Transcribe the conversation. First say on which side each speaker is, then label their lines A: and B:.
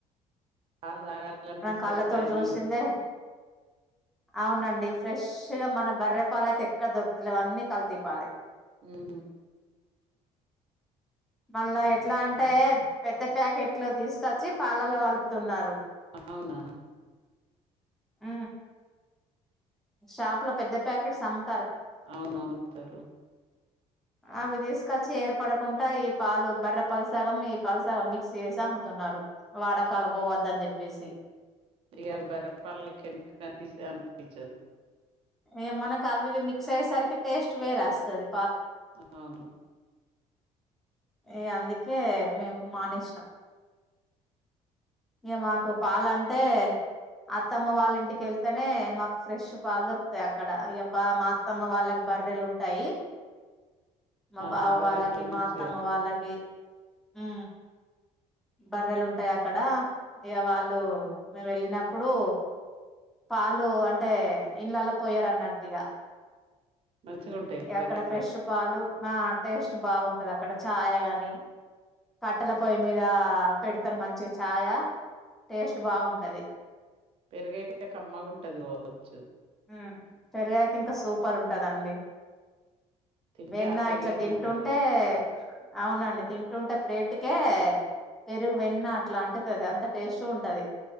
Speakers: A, on the right; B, in the centre.
A: పాలు తాగాల ంటిస్తే
B: కళ్ళతోటి
A: భయమే
B: చూసిందే
A: ఉంది
B: అవునండి ఫ్రెష్గా మన బర్రెపాల అయితే ఎక్కడ దొరుకుతులే అవన్నీ కలితీపాలి
A: ఊ హూ
B: మళ్ళా ఎట్లా అంటే పెద్ద ప్యాకెట్లు తీసుకొచ్చి పాలల్లో కలుపుతున్నారు
A: అవునా
B: ఆ షాప్ లో పెద్ద ప్యాకెట్ సమ్ము
A: అవును అమ్ముతారు
B: అవి తీసుకొచ్చి ఏర్పడకుండా ఈ పాలు బర్రె పాలు సగం ఈ పాలుసగం మిక్స్ చేసి అమ్ముతున్నారు వాడకాలు పోవద్దని చెప్పేసి
A: ఇగ బర్రె పాలకి ఎంత కనిపిస్త అనిపించదు
B: ఏ మనకు అవి ఇవి మిక్స్ అయ్యేసరికి టేస్ట్ వేరేస్తుది
A: అవును
B: ఈ అందుకే మేము మానేసాం ఇక మాకు పాలు అంటే అత్తమ్మ వాళ్ళ ఇంటికి వెళ్తేనే మాకు ఫ్రెష్ పాలు దొరుకుతాయి అక్కడ ఇబా మా అత్తమ్మ వాళ్ళకి బర్రెలు ఉంటాయి మా
A: ఆహా!
B: బావ
A: బర్రెలు
B: వాళ్ళకి
A: మంచిగా
B: మా తమ వాళ్ళకి ఆ బర్రెలు ఉంటాయి అక్కడ ఇగ వాళ్ళు మేము వెళ్ళినప్పుడు పాలు అంటే ఇంలలా పోయారు అన్నట్టుగా
A: మంచిగుంటాయి
B: ఇ అక్కడ
A: బర్రె
B: ఫ్రెష్ పాలు మా టేస్ట్ బాగుంటది అక్కడ ఛాయ కాని కట్టెల పొయ్యి మీద పెడతారు మంచి ఛాయ టేస్ట్ బాగుంటది
A: పెరుగైతే కమ్మగాంటది పోవచ్చు
B: హ్మం పెరిగాయకి ఇంకా సూపర్ ఉంటదండి
A: తింటే
B: వెన్న
A: ఆ పెరుగే
B: ఇట్లా
A: తినాలె.
B: తింటుంటే అవునండి తింటుంటే ప్లేట్కే పెరుగు వెన్న అట్లా అంటతుది అంత టేస్ట్ ఉంటది